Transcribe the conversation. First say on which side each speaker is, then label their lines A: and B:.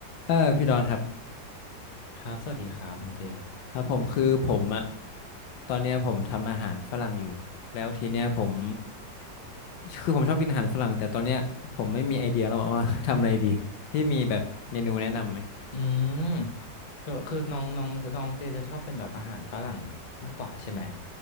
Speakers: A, on the left; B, on the left.
A: เออพี่ดอนครับ
B: ครับสวัสดีครับน้องเจ
A: ครับผมคือผมอะตอนเนี้ยผมทำอาหารฝรั่งอยู่แล้วทีเนี้ยผมคือผมชอบกินอาหารฝรั่งแต่ตอนเนี้ยผมไม่มีไอเดียแล้วว่า <laughs> ทำอะไรดีที่มีแบบเมนูแนะนำไหม
B: อืมคือแบบคือน้องน้องน้องเจจะชอบเป็นแบบอาหารฝรั่งมากกว่าใช่ไหม